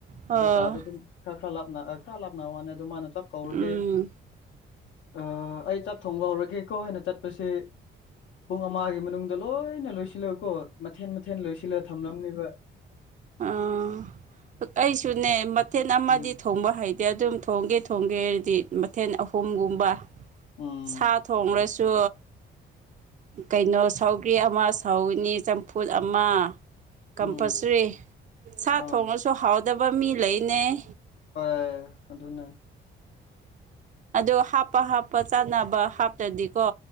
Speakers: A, on the right (about 40°); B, on the left (about 70°).
A: ꯑꯣ
B: ꯑꯗꯨ ꯀꯥꯗ ꯑꯗꯨꯝ ꯈꯔ ꯈꯔ ꯂꯥꯞꯅ ꯈꯔ ꯂꯥꯞꯅ ꯋꯥꯅꯤ ꯑꯗꯨ ꯃꯥꯅ ꯆꯞ ꯀꯧꯔꯗꯤ
A: ꯎꯝ
B: ꯑꯩ ꯆꯥꯛ ꯊꯣꯡꯕ ꯍꯧꯔꯒꯦꯀꯣ ꯍꯥꯏꯅ ꯆꯠꯄꯁꯤ ꯄꯨꯡ ꯑꯃꯒꯤ ꯃꯅꯨꯡꯗ ꯂꯣꯏꯅ ꯂꯣꯏꯁꯤꯜꯂꯀꯣ ꯃꯊꯦꯟ ꯃꯊꯦꯜ ꯂꯣꯏꯁꯤꯜꯂ ꯊꯝꯂꯝꯅꯤꯕ
A: ꯑꯥ ꯑꯩꯁꯨꯅꯦ ꯃꯊꯦꯜ ꯑꯃ ꯑꯃꯗꯤ
B: ꯎꯝ
A: ꯊꯣꯡꯕ ꯍꯩꯇꯦ ꯑꯗꯨꯝ ꯊꯣꯡꯒꯦ ꯊꯣꯡꯒꯦ ꯍꯥꯏꯔꯗꯤ ꯃꯊꯦꯜ ꯑꯍꯨꯝꯒꯨꯝꯕ
B: ꯎꯝ
A: ꯁꯥ ꯊꯣꯡꯡꯂ꯭ꯔꯁꯨ ꯀꯩꯅꯣ ꯁꯧꯒ꯭ꯔꯤ ꯑꯃ ꯁꯥꯎꯅꯤ ꯆꯝꯐꯨꯠ ꯑꯃ ꯀꯝꯄꯜꯁꯔꯤ
B: ꯎꯝ
A: ꯁꯥ
B: ꯑꯥ
A: ꯊꯣꯡꯉꯁꯨ ꯍꯥꯎꯗꯕ ꯃꯤ ꯂꯩꯅꯩ
B: ꯍꯣꯏ ꯑꯗꯨꯅꯦ
A: ꯑꯗꯣ ꯍꯥꯞꯄ ꯍꯥꯞꯄ ꯆꯥꯅꯕ ꯍꯥꯞꯇ꯭ꯔꯗꯤꯀꯣ